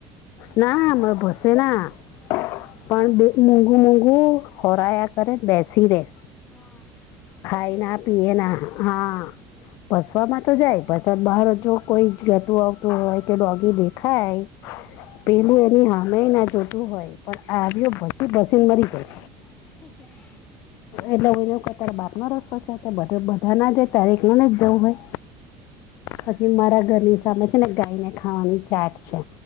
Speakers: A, on the left; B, on the left.
A: ના હ ભસે ના પણ બે મોઘુ મોઘું. ખોરાયા કરે બેસી રહેે
B: હા
A: ખાય
B: એકલો
A: ના
B: એકલો
A: પીએ. ને હા ભસવાવામાં તો જાય ભસવાત બહાર જો કોઈ જ ગતું. તો કે ડોગી દેખાય
B: હા
A: પેલું એની હા. મે ના જોતું હોય પણ આવ્યો ભસી ભસીને મરી જાય.
B: <unintelligible>
A: એટલે હોને ક અત્યારે બાપ નો રસ્તો છેધ બધા ના જાય ત્યારે ના જ જવું હોય. હછી મારા ઘરની સામે છે ને ગાય ને ખાવાની ચાટ છે.